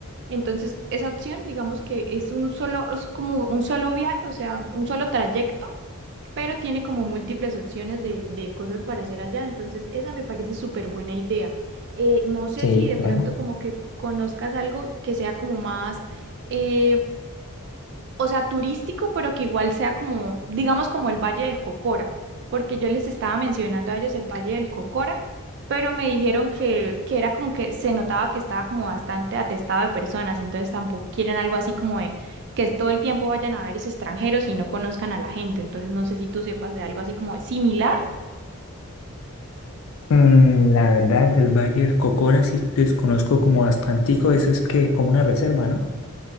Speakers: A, on the right; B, on the left.
A: Entonces, esa opción, digamos que es un solo, es como un solo viaje, o sea, un solo trayecto pero tiene como múltiples opciones de, de cosas para hacer allá. Entonces, esa me parece súper buena idea. Eh, no sé
B: Sí,
A: si de
B: claro.
A: pronto como que conozcas algo que sea como más eh, o sea, turístico, pero que igual sea como, digamos, como el Valle del Cocora, porque yo les estaba mencionando a ellos el Valle del Cocora, pero me dijeron que, que era como que se notaba que estaba como bastante atestado de personas, entonces tampoco quieren algo así como de que todo el tiempo vayan a ver esos extranjeros y no conozcan a la gente, entonces no sé si tú sepas de algo así como similar
B: Mm, la verdad, del Valle del Cocora sí desconozco como bastantico, eso es que como una reserva, ¿no?